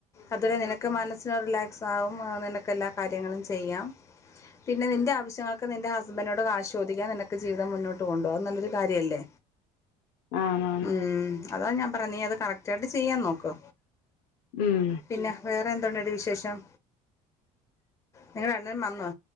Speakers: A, on the left; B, on the left.
A: അതുവരെ നിനക്ക് മനസ്സിന് റിലാക്സ് ആകും നിനക്ക് എല്ലാ കാര്യങ്ങളും
B: ആഹ്
A: ചെയ്യാം. പിന്നെ നിന്റെ ആശ്യങ്ങൾക്ക് നിന്റെ ഹസ്ബൻഡിനോട് കാശ്ദിക്കാത്ത നിനക്ക് ജീവിതം മുന്നോട്ട് ണ്ടോ അത് നല്ലൊരു കാര്യമല്ലേ
B: ആണാണ്
A: ഉം അതാണ് ഞാൻ പറഞ്ഞീ അത് കറക്റ്റ് ആയിട്ട് ചെയ്യാൻ നോക്കോ
B: ഉം
A: പിന്നെ വേറെ എന്തോണ്ടടി വിശേഷം നിന്റെ അണ്ണൻ വന്നോ